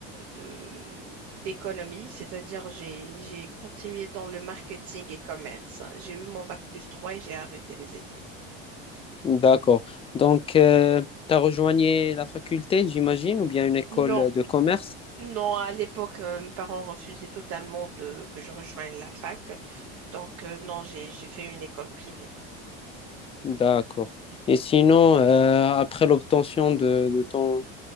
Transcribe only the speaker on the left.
D'accord. Donc, euh, t'as rejoigné la faculté, j'imagine, ou bien une école
de commerce?
D'accord. Et sinon, euh, après l'obtention de, de ton